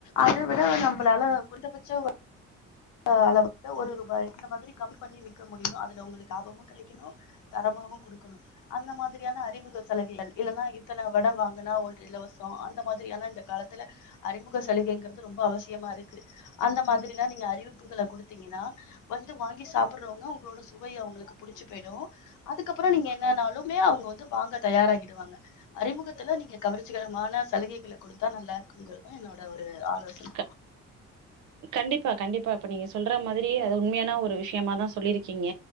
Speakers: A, on the left (about 80°); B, on the right (about 75°).
A: அத விட நம்பளால கொறைந்த பட்ச ம் அளவுக்கு ஒரு ரூபாய் இந்த மாதிரி கம்மி பண்ணி விக்க முடியுதோ அதுல உங்களுக்கு லாபமு கெடை க்கு தரமாகவு கொடுக்கணு அந்த மாதிரியான அறிமுக சலுகைகள் இல்லன்னா இத்தன வட வாங்குனா ஒரு இலவசோ அந்த மாதிரியான இந்த காலத்துல அறிமுக சலுகைங்கிறது ரொம்ப அவசியமா இருக்கு அந்த மாதிரிலா நீங்க அறிவிப்புகள கொடுத் துங்கினா வந்து வாங்கி சாப்பிடுறவங்க உங்களோட சுவை அவங்களுக்கு புடிச்சு போயிடு அதுக்கப்பறோ நீங்க என்னன்னாலுமே அவங்க வந்து வாங்க தயாராகிடுவாங்க அறிமுகத்துல நீங்க கவர்ச்சிகரமான சலுகைகள கொடுத்தா நல்லா இருக்குங்கிறது என்னோட ஒரு ஆலோசன
B: க கண்டிப்பா கண்டிப்பா இப்ப நீங்க சொல்ற மாதிரி அது உண்மையான ஒரு விஷயமாதா சொல்லிருக்கீங்க